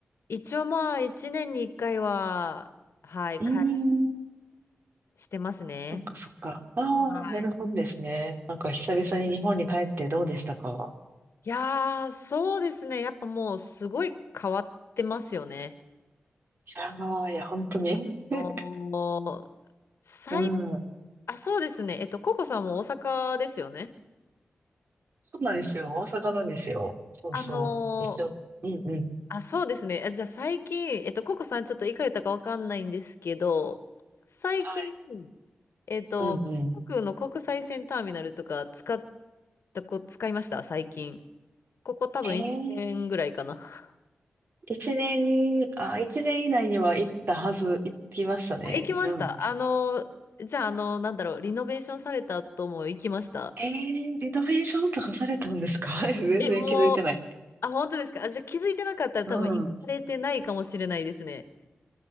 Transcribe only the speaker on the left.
一応まあ、1年に1回は、はい、
帰るしてますね。
はい
いやー、そうですね。やっぱもうすごい変わってますよね。
あのー
最、
あ、そうですね。えっと、ココさんも大阪ですよね。
あのー
あ、そうですね。あ、じゃあ最近、えっと、ココさんちょっと行かれたかわかんないんですけど、最近、
えっと、
航空の国際線ターミナルとか使ったこ、使いました最近。ここ多分1年ぐらいかな。
あ行きました。
あの、じゃあ、あの、なんだろう、リノベーションされた後も行きました。
え、もう、あ、本当ですか。あ、じゃあ気づいてなかったら多分行かれてないかもしれないですね。